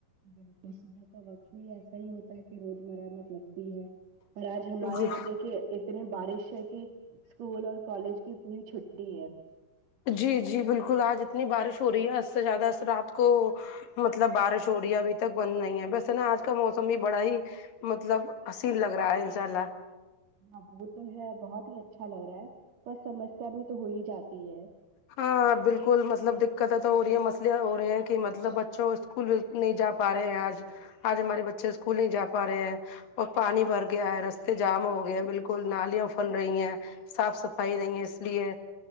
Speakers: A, on the right; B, on the left.
A: بالکل صبح کا وقت بھی ایسا ہی ہوتا ہے کہ روزمرہ میں لگتی ہے اور آج ہمارے
B: جی
A: یہاں دیکھے اتنی بارش ہے کہ اسکول اور کالج کی پوری چھ ٹی ہے
B: جی جی بالکل آج اتنی بارش ہو رہی ہے حد سے زیادہ اس رات کو مطلب بارش ہو رہی ہے ابھی تک بند نہیں ہے ویسے نا آج کا موسم بھی بڑا ہی مطلب حسین لگ رہا ہے انشاء اللہ
A: ہاں وہ تو ہے بہت ہی اچھا لگ رہا ہے پر سمسیا بھی تو ہو ہی جاتی ہے
B: ہاں بالکل مطلب دقتیں تو ہو رہی ہے مسلے ہو رہے ہیں کہ مطلب بچوں اسکول نہیں جا پا رہے ہیں آج آج ہمارے بچے اسکول نہیں جا پا رہے ہیں اور پانی بھر گیا ہے رستے جام ہو گئے ہیں بالکل نالیاں افل رہی ہیں صاف صفائی نہیں ہے اس لیے